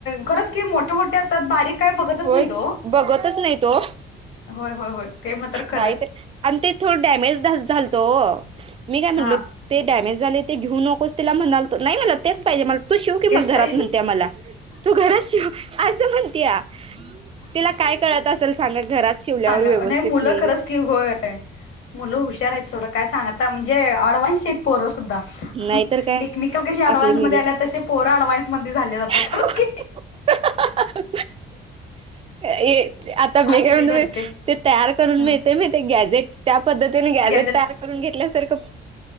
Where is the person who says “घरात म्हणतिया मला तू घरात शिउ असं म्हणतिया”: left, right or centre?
Right